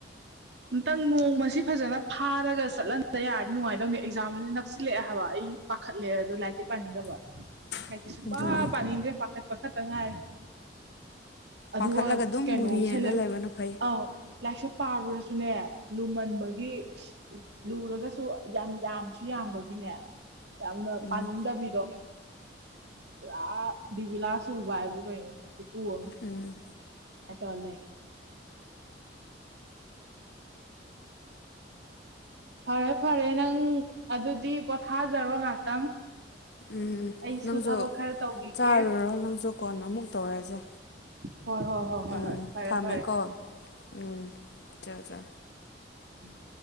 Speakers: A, on the right; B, on the left.
A: ꯑꯝꯇꯪ ꯅꯣꯡꯃꯁꯤ ꯐꯖꯅ ꯐꯥꯔꯒ ꯆꯠꯍꯟꯗ ꯌꯥꯔꯗꯤ ꯅꯨꯡꯉꯥꯏꯗꯧꯅꯤ ꯑꯦꯛꯖꯥꯝꯁꯤ ꯅꯛꯁꯤꯜꯂꯛꯑꯦ ꯍꯥꯏꯕ ꯑꯩ ꯄꯥꯈꯠꯂꯦ ꯑꯗꯣ ꯂꯥꯏꯔꯤꯛꯇꯤ ꯄꯥꯅꯤꯡꯗꯕ
B: <inaudible>
A: ꯂꯥꯏꯛꯇꯤ ꯁꯨꯄꯥ
B: ꯑꯗꯨꯅꯤ
A: ꯄꯥꯅꯤꯡꯗ꯭ꯔꯦ ꯄꯥꯈꯠ ꯄꯥꯈꯠꯇ ꯉꯥꯏꯔꯦ ꯑꯗꯨꯒ
B: ꯄꯥꯈꯠꯂꯒ ꯑꯗꯨꯝ
A: ꯀꯩꯅꯣ
B: ꯃꯨꯚꯤ ꯌꯦꯡꯉꯒ
A: ꯁꯦꯂꯦꯕ
B: ꯂꯩꯕꯅ ꯐꯩ
A: ꯑ ꯂꯥꯏꯔꯤꯛꯁꯦ ꯄꯥꯔꯨꯔꯁꯨꯅꯦ ꯂꯨꯝꯃꯟꯕꯒꯤ ꯂꯨꯔꯒꯁꯨ ꯌꯥꯝ ꯌꯥꯝꯁꯨ ꯌꯥꯝꯕꯒꯤꯅꯦ ꯌꯥꯝꯅ
B: ꯎꯝ
A: ꯄꯥꯅꯤꯡꯗꯕꯤꯗꯣ ꯄꯨꯔꯥ ꯕꯤꯕꯨꯂꯥ ꯆꯨꯕ ꯍꯥꯏꯕꯨ ꯀꯩꯅꯣ ꯈꯨꯠꯆꯨ ꯑꯃ
B: ꯎꯝ
A: <unintelligible> ꯇꯧꯔ ꯂꯩ ꯐꯔꯦ ꯐꯔꯦ ꯅꯪ ꯑꯗꯨꯗꯤ ꯄꯣꯊꯥꯖꯔꯣ ꯉꯥꯛꯇꯪ
B: ꯎꯝ
A: ꯑꯩꯁꯨ
B: ꯅꯪꯁꯨ
A: ꯊꯕꯛ ꯈꯔ ꯇꯧꯈꯤꯒꯦ
B: ꯆꯥꯔꯨꯔꯣ ꯅꯪꯁꯨ ꯀꯣꯟꯅ ꯑꯃꯨꯛ ꯇꯧꯔꯁꯦ
A: ꯍꯣꯏ ꯍꯣꯏ ꯍꯣꯏ ꯍꯣꯏ
B: ꯎꯝ
A: ꯍꯣꯏ ꯐꯔꯦ
B: ꯊꯝꯃꯦꯀꯣ
A: ꯐꯔꯦ
B: ꯎꯝ ꯆ ꯆ
A: ꯎꯝ